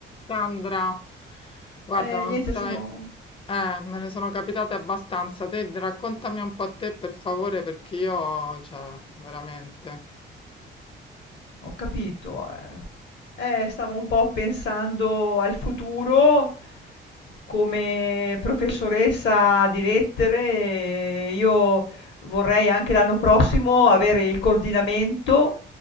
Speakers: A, on the left; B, on the left.
A: Sandra, guarda,
B: Eh,
A: non
B: niente
A: sai,
B: sono
A: eh, me ne sono capitate abbastanza. Te raccontami un po' a te per favore, perché io, cioè, veramente.
B: Ho capito, eh. Eh, stavo un po' pensando al futuro. Come professoressa di lettere, io vorrei anche l'anno prossimo avere il coordinamento,